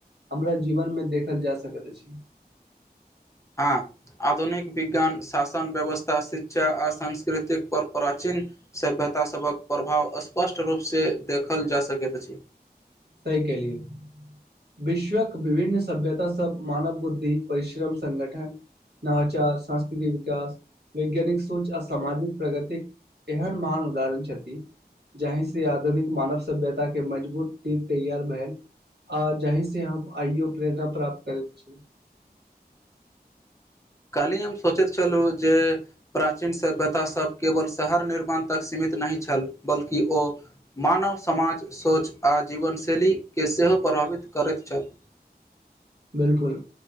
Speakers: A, on the right (about 80°); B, on the left (about 15°).
A: हमरा जीवन मे देखल जा सकैत अछि
B: हँ आधुनिक विज्ञान शासन व्यवस्था शिक्षा आ सांस्कृतिक पर प्राचीन सभ्यतासभक प्रभाव स्पष्ट रूपसँ देखल जा सकैत अछि
A: सह केलियए विश्वक विभिन्न सभ्यता सब मानव बुद्धि परिश्रम सगठन नवचार सांस्कृतिक विकास वैज्ञानिक सोच आ सामाजिक प्रगतिक एहन महान उदाहरण छथि जाहि से आधुनिक मानव सभ्यता के मजबूत तैयार भेलल आ जहीं से हम आइयो प्रेरणा प्राप्त करैत छी
B: काली हम सोचैत छलु जे प्राचीन सभ्यतासभ केवल शहर निर्माण तक सीमित नहि छल बल्कि ओ मानव समाज सोच आ जीवनशैलीके सेहो प्रभावित करैत छथि
A: बिल्कुल